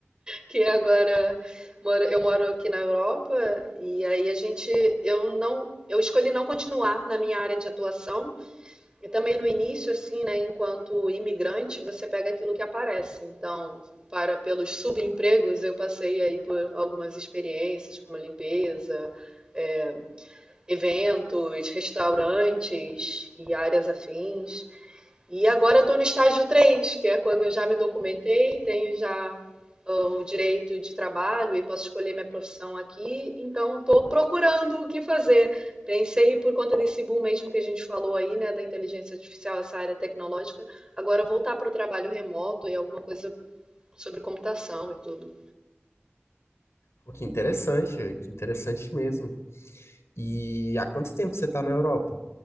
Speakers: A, on the right; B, on the left.
A: que agora mora- eu moro aqui na Europa e aí a gente eu não eu escolhi não continuar na minha área de atuação e também no início assim, né, enquanto imigrante, você pega aquilo que aparece. Então, para pelos subempregos, eu passei aí por algumas experiências como limpeza, é, eventos, restaurantes e áreas afins. E agora eu estou no estágio 3, que é quando eu já me documentei, tenho já ah, o direito de trabalho e posso escolher minha profissão aqui, então estou procurando o que fazer. Pensei por conta desse boom mesmo que a gente falou aí, né, da inteligência artificial, essa área tecnológica, agora voltar para o trabalho remoto e alguma coisa sobre computação e tudo.
B: Pô, que interessante, que interessante mesmo. E há quanto tempo você está na Europa?